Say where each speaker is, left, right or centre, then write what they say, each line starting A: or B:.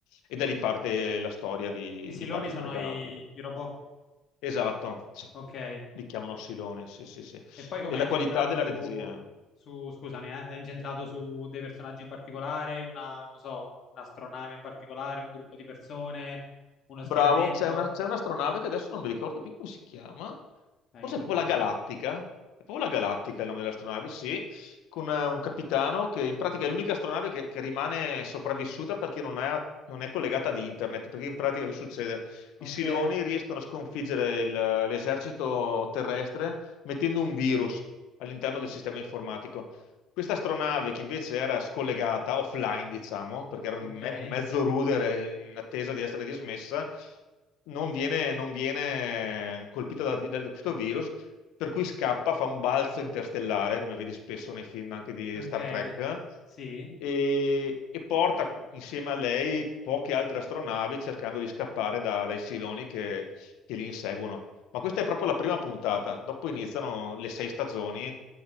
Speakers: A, on the left; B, on the left.
A: e da lì parte la storia di,
B: I siloni
A: di Battlestar
B: sono
A: Galactica.
B: i, i robot,
A: Esatto, sì,
B: ok.
A: li chiamano Siloni, sì, sì, sì.
B: E poi com'è
A: E la
B: incentrato
A: qualità della
B: su,
A: regia.
B: su, scusami, eh, è incentrato su dei personaggi in particolare, una, non so, un'astronave in particolare, un gruppo di persone, uno
A: Bravo,
B: schieramento?
A: c'è una, c'è un'astronave che adesso non mi ricordo più come si chiama,
B: Eh,
A: forse
B: io non
A: è proprio
B: te lo so
A: la Galattica,
B: dire.
A: è proprio la Galattica il nome dell'astronave, sì, con eh, un capitano che in pratica è l'unica astronave che, che rimane sopravvissuta perché non è, non è collegata ad internet, perché in pratica cosa succede?
B: Ok,
A: I Siloni riescono a sconfiggere il- l'esercito terrestre mettendo un virus all'interno del sistema informatico. Questa astronave che invece era scollegata offline, diciamo, perché era un,
B: ok.
A: me- un mezzo rudere in attesa di essere dismessa, non viene, non viene colpita da, da questo virus, per cui scappa, fa un balzo interstellare, come vedi spesso nei film anche di
B: Ok,
A: Star Trek,
B: di- sì,
A: e, e porta insieme a lei poche altre astronavi cercando di scappare da- dai siloni che, che li inseguono. Ma questa è proprio la prima puntata, dopo iniziano le sei stagioni